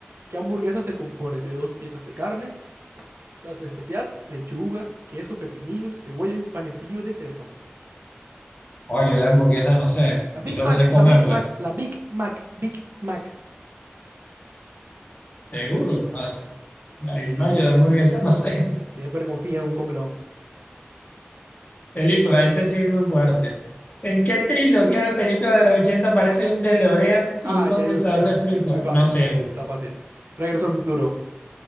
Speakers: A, on the right; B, on the left.
A: ¿Qué hamburguesa se compone de dos piezas de carne, salsa especial, lechuga, queso, pepinillos, cebolla y un panecillo de sésamo?
B: Oye, yo de hamburguesa no sé.
A: La Big
B: Yo solo
A: Mac,
B: sé comérmela.
A: la Big Mac, la Big Mac, Big Mac.
B: Seguro, no sé. La
A: Sí,
B: Big Mac, yo de hamburguesa, no sé.
A: siempre confía en un comelón.
B: <laughs> Película, este sí es muy fuerte. ¿En qué trilogía de películas de los 80 aparece un DeLorean y
A: Ah,
B: un condensador
A: ya yo sé,
B: de flujo?
A: es muy fácil,
B: No sé, güey.
A: está fácil. Regreso al futuro.